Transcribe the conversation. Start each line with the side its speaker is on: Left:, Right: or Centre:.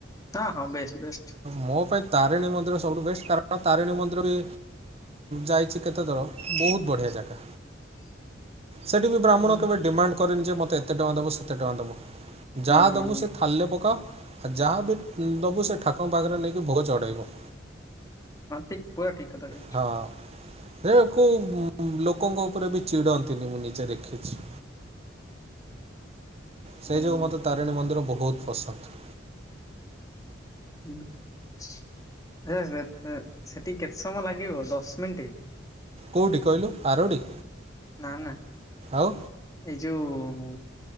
Left: ହଁ ହଁ ବେଷ୍ଟ ବେଷ୍ଟ
Right: ମୋ ପାଇଁ ତାରିଣୀ ମନ୍ଦିର ସବୁଠୁ ବେଷ୍ଟ କାରଣ ତାରିଣୀ ମନ୍ଦିର ରେ ଯାଇଛି କେତେ ଥର ବହୁତ ବଢ଼ିଆ ଜାଗା। ସେଠି ବି ବ୍ରାହ୍ମଣ
Left: ହୁଁ
Right: କେବେ ଡିମାଣ୍ଡ କରେନି ଯେ ମୋତେ ଏତେ ଟଙ୍କା ଦେବ ସେତେ ଟଙ୍କା ଦେବ। ଯାହା
Left: ହୁଁ ହୁଁ
Right: ଦେବୁ
Left: ହୁଁ
Right: ସେ ଥାଲେ ପକାଅ ଯାହା ବି ଦେବୁ ସେ ଠାକୁଙ୍କ ପାଖରେ ନେଇକି ଭୋଗ ଚଢ଼େଇବ।
Left: ହଁ ଠିକ ପୁରା ଠିକ କଥା କହିଛୁ
Right: ହଁ। ହେ କଉ ଲୋକଙ୍କ ଉପରେ ବି ଚିଡନ୍ତିନି ମୁଁ ନିଜେ ଦେଖିଛି। ସେହି
Left: ହୁଁ।
Right: ଯୋଗୁଁ ମୋତେ ତାରିଣୀ ମନ୍ଦିର ବହୁତ ପସନ୍ଦ।
Left: <unintelligible> ସେଠିକି କେତେ ସମୟ ଲାଗିବ ଦଶ ମିନିଟ
Right: କୋଉଠି କହିଲୁ ଆରଡୀ?
Left: ନା ନା।
Right: ଆଉ।
Left: ଏଇ ଯୋଉ